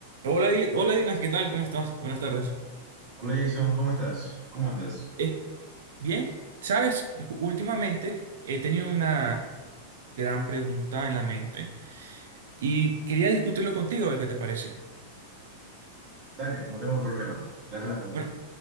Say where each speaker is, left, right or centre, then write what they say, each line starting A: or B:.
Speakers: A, on the right; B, on the right.
A: Hola, Dil- hola Dylan, ¿qué tal? ¿Cómo estás? Buenas tardes.
B: Hola Jason, ¿cómo estás? ¿Cómo andas?
A: Eh, bien, sabes, últimamente he tenido una gran pregunta en la mente y quería discutirlo contigo, a ver qué te parece.
B: Dale, no tengo problema. Le haces la pregunta.
A: Bueno,